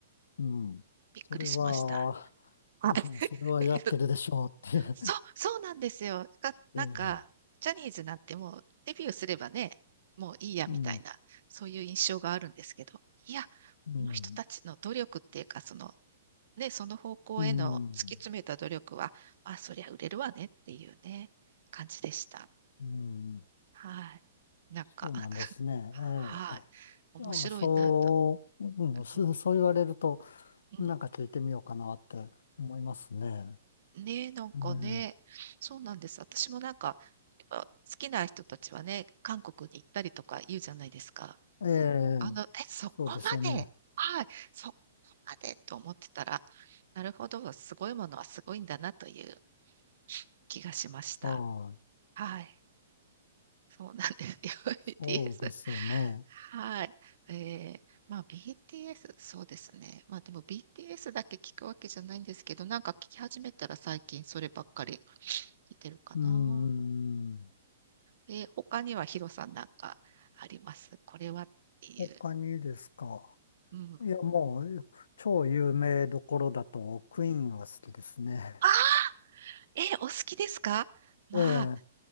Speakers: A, on the left; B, on the right.
A: うん。
B: びっくりしました。
A: それは、
B: あ
A: <laughs>
B: <laughs>、は
A: それはやってるでしょうっていう。
B: い。そう、そうなんですよ。が、なんか、
A: <laughs> ええ、
B: ジャニーズなんてもうデビューすればね、もういいやみたいな、
A: うん、
B: そういう印象があるんですけど、いや、
A: うん、
B: この人たちの努力っていうか、その、ね、その方向への突き詰めた努力は、
A: うん、
B: まあ、そりゃ売れるわねっていうね、感じでした。
A: うん、
B: はい。なんか、
A: そうなんですね。
B: <laughs>
A: ええ。
B: はい。面白いなと。
A: いや、そう、うん、そそう言われると、
B: うん、うん。
A: なんか聞いてみようかなって思いますね。
B: ね、えなんかね、
A: ね
B: そうなんです。私もなんか、やっぱ好きな人たちはね、韓国に行ったりとか言うじゃないですか。
A: ええ
B: あの、
A: え、
B: え、そこまで、
A: そうですよね。
B: はい、そこまでと思ってたら、なるほど、すごいものはすごいんだなという気がしました。
A: はい。
B: はい、そうなんですよ、<laughs>
A: そうですね。
B: BTS。はい。えー、まあ BTS、そうですね。まあでも BTS だけ聞くわけじゃないんですけど、なんか聞き始めたら最近そればっかり聞いてるかな。
A: うーん。
B: で、他にはヒロさんなんかありますこれはっていう。
A: 他にですか。
B: うん。
A: いや、もう、超有名どころだと、クイーンは好きですね。
B: あ、え、お好きですかまあ、
A: ええ、